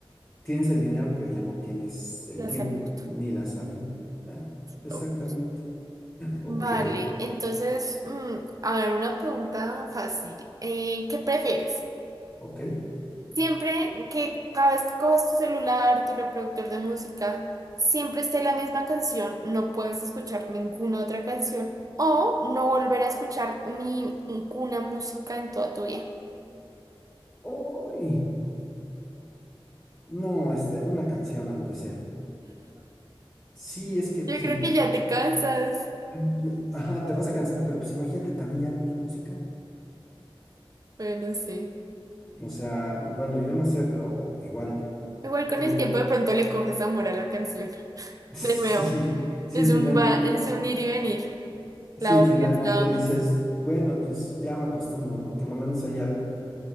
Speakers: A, on the left (about 15°); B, on the right (about 40°).
A: tienes el dinero, pero ya no tienes el
B: la
A: tiempo,
B: salud.
A: ni la salud, ¿verdad? Exactamente.
B: todo.
A: <laughs> Ok,
B: Vale, entonces, mm, a ver, una pregunta fácil. Eh, ¿qué prefieres?
A: ok.
B: Siempre que cada vez que coges tu celular, tu reproductor de música, siempre esté la misma canción, no puedes escuchar ninguna otra canción o no volver a escuchar ni ninguna música en toda tu vida.
A: Uy, no, este, una canción, aunque sea. Sí, es que, pues,
B: Yo creo
A: ima-
B: que ya te cansas.
A: <clears throat> ajá, te vas a cansar, pero pues imagínate también ya no oír música.
B: Bueno, sí.
A: O sea, bueno, yo no sé, pero igual
B: Igual con
A: tú,
B: el tiempo de pronto le coges amor a la canción.
A: <laughs> sí,
B: De nuevo,
A: sí,
B: es
A: finalmente,
B: un va, es un ir y venir.
A: sí,
B: La odias,
A: finalmente
B: la amas.
A: dices, bueno, pues ya me acostumbro, ¿no? Por lo menos hay algo,